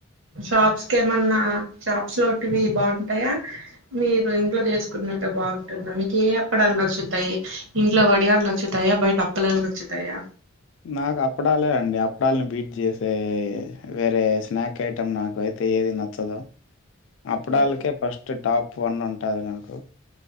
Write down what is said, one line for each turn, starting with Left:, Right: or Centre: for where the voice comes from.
Right: షాప్స్ కెమన్నా షాప్స్ లో టివి బావుంటయా మీరు ఇంట్లో చేసుకున్నట్టు బాగుంటుంద మీకు ఏ అప్పడాలు నచ్చుతాయి. ఇంట్లో వడియాలు నచ్చుతాయా బయట అప్పలాలు నచ్చుతాయా
Left: నాకు అప్పడాలే అండి అప్పడాలను బీట్ చేసే వేరే స్నాక్ ఐటమ్ నాకై యేది నచ్చదు అప్పుడళ్ళకే
Right: ఉమ్
Left: ఫస్ట్ టాప్ వన్ ఉంటాది నాకు